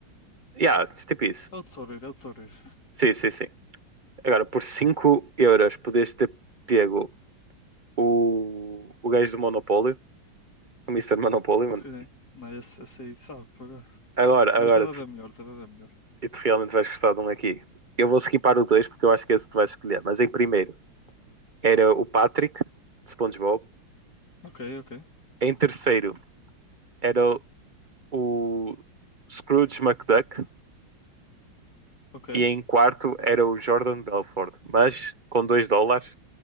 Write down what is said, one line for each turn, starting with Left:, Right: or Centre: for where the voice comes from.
Right: yeah, tipo isso.
Left: É o tesoureiro, é o tesoureiro.
Right: Sim, sim, sim. Agora, por 5 euros podias ter pego o, o gajo do Monopólio, o Mister Monopólio,
Left: Ok.
Right: mano.
Left: Não, esse, esse aí sabe, por acaso.
Right: Agora,
Left: Mas
Right: agora,
Left: deve haver
Right: tu,
Left: melhor, deve haver melhor.
Right: e tu realmente vais gostar de um aqui. Eu vou skipar o 2 porque eu acho que é esse que tu vais escolher. Mas em primeiro era o Patrick, de SpongeBob.
Left: Ok, ok,
Right: Em terceiro era o Scrooge McDuck,
Left: ok.
Right: E em quarto era o Jordan Belfort. Mas com 2 dólares,